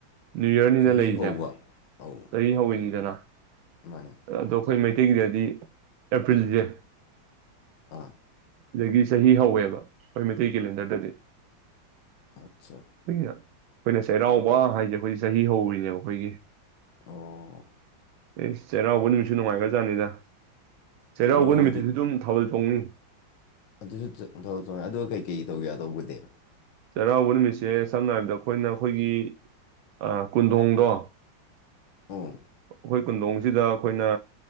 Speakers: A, on the right; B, on the left.
A: ꯅ꯭ꯌꯨ ꯌꯔꯅꯤꯅ
B: ꯆꯍꯤ
A: ꯂꯩꯔꯤꯁꯦ
B: ꯍꯧꯕ ꯑꯧ
A: ꯆꯍꯤ ꯍꯧꯋꯏꯅꯤꯗꯅ
B: ꯃꯥꯅꯦ
A: ꯑꯗꯣ ꯈꯣꯏ ꯃꯩ ꯇꯩꯒꯤꯗꯗꯤ ꯑꯦꯄ꯭ꯔꯤꯜꯁꯦ
B: ꯑ
A: ꯁꯤꯗꯒꯤ ꯆꯍꯤ ꯍꯧꯋꯦꯕ ꯑꯩꯈꯣꯏ ꯃꯩꯇꯩ ꯀꯦꯂꯦꯟꯗꯔꯗꯗꯤ
B: ꯑꯠꯆꯥ
A: ꯑꯉ ꯑꯩꯈꯣꯏꯅ ꯆꯩꯔꯥꯎꯕ ꯍꯥꯏꯁꯦ ꯑꯩꯈꯣꯏꯗꯤ ꯆꯍꯤ ꯍꯧꯔꯤꯅꯦꯕ ꯑꯩꯈꯣꯏꯒꯤ
B: ꯑꯣ
A: ꯑꯦ ꯆꯩꯔꯥꯎꯕ ꯅꯨꯃꯤꯠꯁꯨ ꯅꯨꯡꯉꯥꯏꯈ꯭ꯔꯖꯥꯠꯅꯤꯗ ꯆꯩꯔꯥꯎꯕ
B: ꯆꯩꯔꯧꯕꯗꯤ
A: ꯅꯨꯃꯤꯠꯇꯁꯨ ꯑꯗꯨꯝ ꯊꯥꯕꯜ ꯆꯣꯡꯅꯤ
B: ꯑꯗꯨꯁꯨ ꯊ ꯆꯣꯡꯉꯦ ꯑꯗꯨꯒ ꯀꯩꯀꯩ ꯇꯧꯒꯦ ꯇꯧꯕꯗꯤ
A: ꯆꯩꯔꯥꯎꯕ ꯅꯨꯃꯤꯠꯁꯦ ꯁꯝꯅ ꯍꯥꯏꯔꯕꯗ ꯑꯩꯈꯣꯏꯅ ꯑꯩꯈꯣꯏꯒꯤ ꯑ ꯀꯨꯟꯗꯣꯡꯗꯣ
B: ꯑꯣ
A: ꯍꯣꯏ ꯀꯨꯟꯗꯣꯡꯁꯤꯗ ꯑꯩꯈꯣꯏꯅ